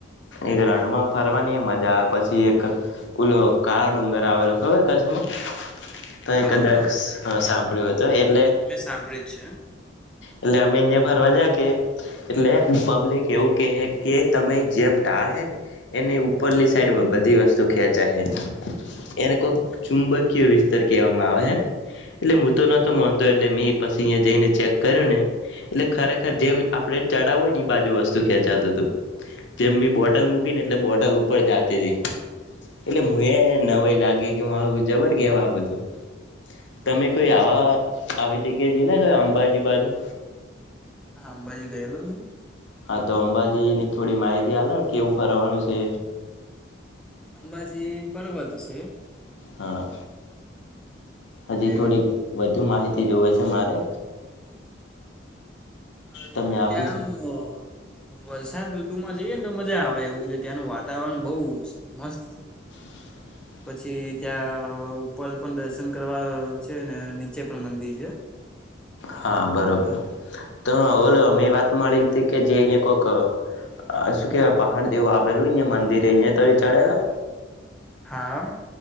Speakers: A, on the left (about 65°); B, in the centre.
A: એક રનમાં ફરવાની મજા આવે પછી એક ઓલો કાળ ડુંગર આવેલો ખબર કચ્છ માં તો
B: હા
A: કદાચ
B: હા
A: સાંભળ્યું હતો એટલે
B: મેં સાંભળ્યું જ છે
A: એટલે અમે અહીંયા ફરવા જા કે એટલે પબ્લિક એવું કહે કે તમે જેમ ટાળે ને એને ઉપરલી સાઈડ બધી વસ્તુ ખેચા હે એને કોક
B: હમ.
A: ચુંબકીય વીસ કવામાં આવે હ એટલે હું તો નતો માનતો એટલે મે પછી અહયા જઈને ચેક કર્યો ને એટલે ખરેખર જેમ આપડે ચડાવ હોય ને એ બાજુ વસ્તુ ખેંચાતું હતું જેમ બોટ બટલ મૂકી ને એટલે બોટલ ઉપર જતી હતીી એટલે હું એ નવાઈ લાગી મારું જબર કેવા આ બધું તમે કોઈ આવા આવી જગ્યા જયેલા અંબાજી બાજુ
B: હા અંબાજી ગયેલો તો
A: હા તો અંબાજીની થોડી માહિતી આલો ને કેવું ફરવાનું છે
B: અંબાજી પર્વત છે.
A: હા. હજી
B: ને
A: થોડી વધુ માહિતી જોવે છે મારે
B: હા એટલે
A: તમે આપી
B: ત્યાં
A: શકો
B: આમ વરસાદ ઋતુમાં જઈએ ને તો મજા આવે એવું છે ત્યાંનું વાતાવરણ બહુ મસ્ત છે
A: <inaudible>
B: પછી ત્યાં ઉપર પણ દર્શન કરવા છે ને નીચે પણ મંદિર છે.
A: હા બરોબર. તો બોલો મેં વાત મળી હતી કે જે અહીયા કોક અ શું કેવાય પહાડ દેવું આવેલું અયા મંદિર અહિયા તો ચડેલા?
B: હા.